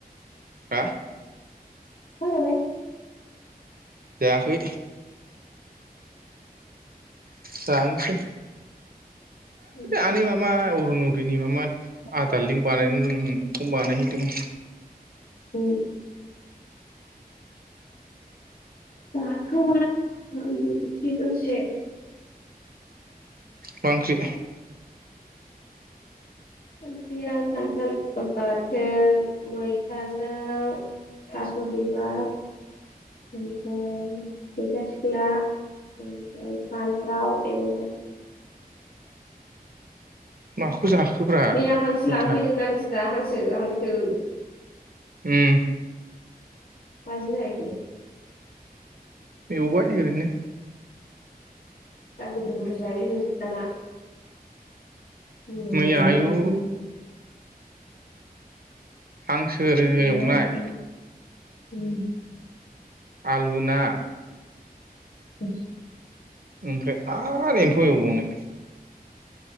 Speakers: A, on the right; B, on the left.
A: हा
B: ओंखाम जाबाय?
A: जायाखै। जानसै।
B: उम।
A: आनैै मामा अरुनदयनि मामा
B: जाबाय
A: आदार लिंक बानायनोनो बेखौ बानायहैदों
B: ओम <unintelligible>
A: मा ओंख्रि?
B: ओंख्रिया खान्थाल बाथोन मैथाजों थास' बिबार ओमफ्राय मैथा सिख्ला आमफ्राय फानथाव एवनाइ
A: माखौ जाखोब्रा
B: मैया हांसो
A: खयथा
B: लांफैदोंना नोंस्रा हांसो हांसो
A: उम
B: माजों जाहैखो?
A: एवबाय ओरैनो
B: <unintelligible> निरामिसखौनो
A: मैया आयु
B: जाथारला
A: हांसो एवनाय
B: ना बेदर उम
A: आलु ना
B: <unintelligible>
A: ओमफ्राय आरो एम्फौ एवबावनाय